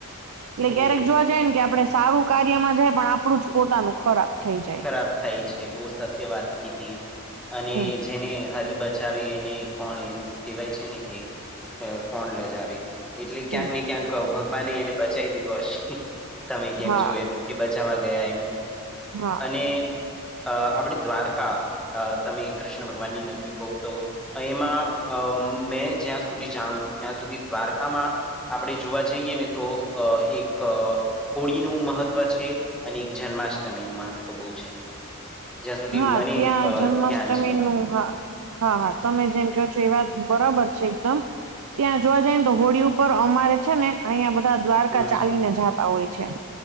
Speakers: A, on the right (about 85°); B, in the centre.
A: એટલે
B: ઓહ
A: ક્યારેક જોવા જાય ને કે આપડે સારું કાર્યમાં જાય પણ આપડું જ પોતાનું ખરાબ થઈ જાય.
B: ખરાબ થાય છે બહ સત્ય વાત કીધી, અને
A: હમ
B: જેને હરબ કોણ એવું કેવાય છેને કે, કોણ લજાવી એટલે
A: હમ
B: ક્યાંક ક્યાં ભગવાને એને બચાવી દીધો હશે, તમે કેમ
A: હા
B: છો એમ કે બચાવવા ગયા એમ.
A: હા
B: અને આપડી દ્વારકા તમે કૃષ્ણ ભગવાનની નગરી કહતો એમાં અ મેં જ્યાં સુધી જાણું છું ત્યાં સુધી દ્વારકામાં. આપણે જોવા જઈએ નેતો એક હોળીનું મહત્વ છે, અને જન્માષ્ટમીનું મહત્વ બહુ છે. જ્યાં સુધી
A: હા
B: મને
A: ત્યાં
B: અ
A: જન્માષ્ટમીનું
B: ધ્યાન છે.
A: હા. હા હા તમે જેમ કહો છો એ વાત બરાબર છે એકદમ. ત્યાં જોવા જાય ને તો હોળી ઉપર અમારે છે ને અહિયાં બધા દ્વારકા
B: હમ,
A: ચાલીને જાતા હોય છે.